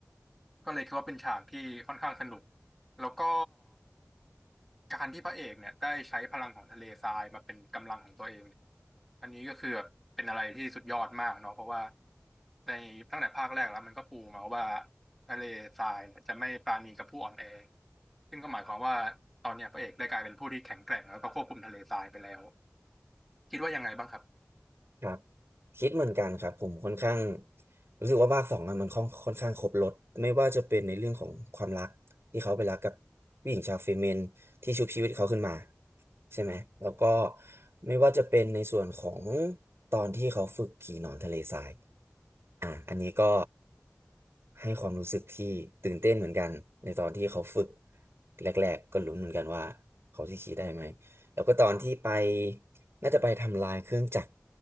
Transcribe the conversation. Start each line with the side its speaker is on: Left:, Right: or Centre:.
Centre: ก็เลยคิดว่าเป็นฉากที่ค่อนข้างสนุกแล้วก็ การที่พระเอกเนี่ยได้ใช้พลังของทะเลทรายมาเป็นกำลังของตัวเองเนี่ยอันนี้ก็คือแบบเป็นอะไรที่สุดยอดมากเนาะเพราะว่าในตั้งแต่ภาคแรกแล้วมันก็ปูมาว่าทะเลทรายเนี่ยจะไม่ปราณีกับผู้อ่อนแอซึ่งก็หมายความว่าตอนเนี้ยพระเอกได้กลายเป็นผู้ที่แข็งแกร่งแล้วก็ควบคุมทะเลทรายไปแล้วคิดว่ายังไงบ้างครับ
Right: ครับคิดเหมือนกันครับผมค่อนข้างรู้สึกว่าภาคสองอะมันค่อนค่อนข้างครบรสไม่ว่าจะเป็นในเรื่องของความรักที่เขาไปรักกับผู้หญิงชาวเฟเมนที่ชุบชีวิตเขาขึ้นมาใช่ไหมแล้วก็ไม่ว่าจะเป็นในส่วนของตอนที่เขาฝึกขี่หนอนทะเลทรายอ่ะอันนี้ก็ให้ความรู้สึกที่ตื่นเต้นเหมือนกันในตอนที่เขาฝึกแรกๆก็ลุ้นเหมือนกันว่าเขาจะขี่ได้ไหมแล้วก็ตอนที่ไป น่าจะไปทำลายเครื่องจักร